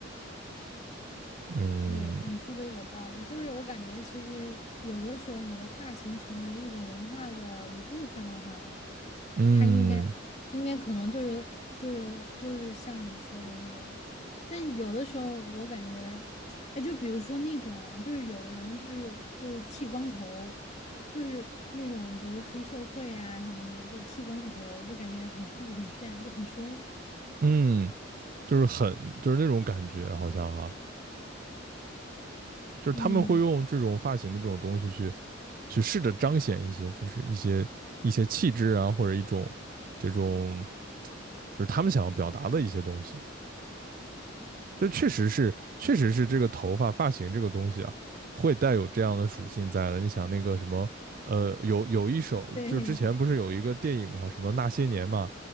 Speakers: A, on the right; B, on the left.
A: 嗯
B: 对，你说的有道理，就是我感觉其实有的时候你的发型成为一种文化的一部分的话，
A: 嗯
B: 它应该应该可能就是就是就是像你说的那样，但有的时候我感觉，哎，就比如说那种啊，就是有的人就是就是剃光头，就是那种比如黑社会啊什么的，就是剃光头，就感觉很酷很炫，就很凶，
A: 嗯。就是很就是那种感觉，好像哈、啊就是他们会用这种发型的这种东西去
B: 嗯，
A: 去试着彰显一些，就是一些一些气质啊，或者一种这种就是他们想要表达的一些东西。这确实是，确实是这个头发发型这个东西啊，会带有这样的属性在的。你想那个什么，呃，有有一首，
B: 对，
A: 就是之前不是有一个电影嘛，什么那些年嘛，